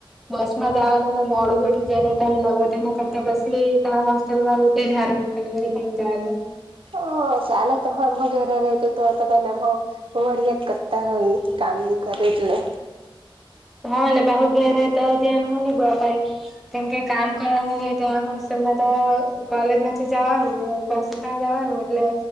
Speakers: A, in the centre; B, on the right (about 75°).
A: બસ માં જાવાનું ને મોડું જેને ટાઈમ લાગો તેના કરતા બસલી ત હોસ્ટેલમાં રેતે જ હારું <unintelligible>
B: હ હ ચાલો તો હ એમ ઘેરે રતું તો તમે એ વળિયાત કરતા હોય કામની કરે એટલે
A: હ ને બાહુ ઘેર રેતા હોય તો ધ્યાન હો ન બ અપાય કેમ કે કામ કરવાનું રહે ત્યાં હોસ્ટેલમાં તો કોલેજ માંથી જાવાનું ને પસી ત્યા જાવાનું એટલે